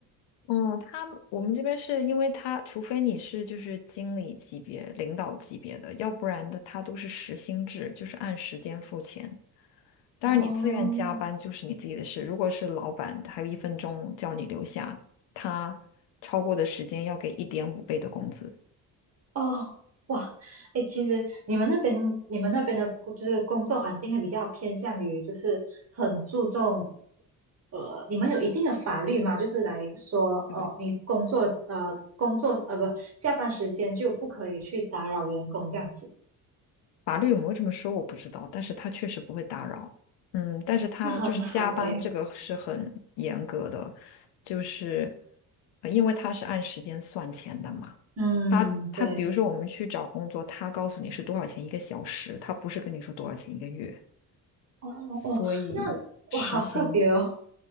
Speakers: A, on the left; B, on the right.
A: 嗯，他们我们这边是因为他，除非你是就是经理级别、领导级别的，要不然的他都是时薪制，就是按时间付钱。当然，
B: 哦，
A: 你自愿加班就是你自己的事。如果是老板还有一分钟叫你留下，他超过的时间要给一点五倍的工资。
B: 哦，哇，哎，其实你们那边你们那边的工，就是工作环境还比较偏向于，就是很注重，呃，你们有一定的法律吗？就是来说，
A: 对，
B: 哦，你工作，呃，工作，呃，不，下班时间就不可以去打扰员工这样子，
A: 法律有没有这么说我不知道，但是他确实不会打扰。嗯，但是他就是加班这个是很严格的，
B: 那很好哎，
A: 就是呃因为他是按时间算钱的嘛。
B: 嗯，
A: 他他比如说我们去找工作，
B: 对，
A: 他告诉你是多少钱一个小时，他不是跟你说多少钱一个月，
B: 哦哦，
A: 所以时薪。
B: 那哇，好特别哦，